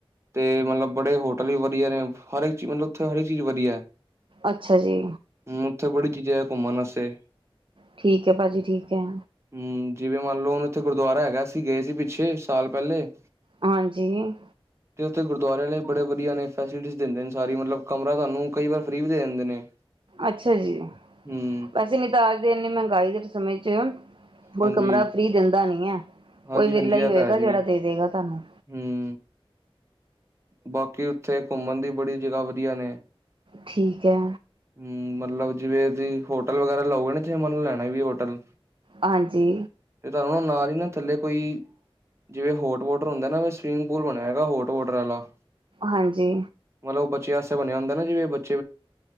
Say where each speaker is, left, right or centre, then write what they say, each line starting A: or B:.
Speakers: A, on the right; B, on the right.
A: ਤੇ ਮਤਲਬ ਬੜੇ ਹੋਟਲ ਵੀ ਵਦੀਆ ਨੇ, ਹਰ ਇੱਕ ਚੀਜ਼ ਮਤਲਬ ਉੱਥੇ ਹਰ ਇੱਕ ਚੀਜ਼ ਵਦੀਆ ਐ।
B: ਅੱਛਾ ਜੀ।
A: ਹੂੰ, ਉੱਥੇ ਬੜੀ ਚੀਜ਼ਾਂ ਐ ਘੁੰਮਣ ਵਾਸਤੇ।
B: ਠੀਕ ਐ ਭਾਜੀ, ਠੀਕ ਐ।
A: ਹੂੰ ਜਿਵੇਂ ਮੰਨ ਲਓ ਹੁਨ ਉੱਥੇ ਗੁਰਦੁਆਰਾ ਹੈਗੈ, ਅਸੀਂ ਗਏ ਸੀ ਪਿੱਛੇ ਸਾਲ ਪਹਿਲੇ।
B: ਹਾਂਜੀ।
A: 'ਤੇ ਉਥੇ ਗੁਰਦਵਾਰੇ ਆਲੇ ਵੀ ਬੜੇ ਵਦੀਆ ਨੇ, ਫੈਸਿਲਿਟੀਜ਼ ਦਿੰਦੇ ਨੇ ਸਾਰੀ, ਮਤਲਬ ਕਮਰਾ ਤੁਹਾਨੂੰ ਕਈ ਵਾਰ ਫਰੀ ਵੀ ਦੇ ਦਿੰਦੇ ਨੇ।
B: ਅੱਛਾ ਜੀ।
A: ਹੂੰ,
B: ਵੈਸੇ ਨਈ ਤਾਂ ਅੱਜ ਦੇ ਇੰਨੀ ਮਹਿੰਗਾਈ ਦੇ ਸਮੇਂ 'ਚ, ਕੋਈ
A: ਹਾਂਜੀ,
B: ਕਮਰਾ ਫਰੀ ਦਿੰਦਾ ਨੀ ਐ,
A: ਹਾਂਜੀ-ਹਾਂਜੀ
B: ਕੋਈ ਵਿਰਲਾ ਈ
A: ਇਹ
B: ਹੋਏਗਾ
A: ਤਾਂ ਹੈ ਜੀ।
B: ਜੇੜਾ ਦੇ ਦੇਗਾ ਤੁਹਾਨੂੰ।
A: ਹੂੰ। ਬਾਕੀ ਉੱਥੇ ਘੁੰਮਣ ਦੀ ਬੜੀ ਜਗ੍ਹਾ ਵਦੀਆ ਨੇ।
B: ਠੀਕ ਐ।
A: ਹੂੰ, ਮਤਲਬ ਜਿਵੇਂ ਤੁਸੀਂ ਹੋਟਲ ਵਗੈਰਾ ਲਓਗੇ ਨਾ, ਚਾਹੇ ਮਨ ਲੈਣਾ ਵੀ ਹੋਟਲ।
B: ਹਾਂਜੀ।
A: 'ਤੇ ਤੁਹਾਨੂੰ ਓ ਨਾਲ ਈ ਨਾ, ਥੱਲੇ ਕੋਈ ਜਿਵੇਂ ਹੋਟ ਵੋਟਰ ਹੁੰਦੈ ਨਾ, ਸਵੀਮਿੰਗ ਪੂਲ ਬਨਿਆ ਹੈਗਾ, ਹੋਟ ਵੋਟਰ ਆਲਾ।
B: ਹਾਂਜੀ।
A: ਮਤਲਬ, ਬੱਚਿਆਂ ਸਤੇ ਬਨਿੰਆ ਹੁੰਦਾ ਨਾ, ਜਿਵੇਂ ਬੱ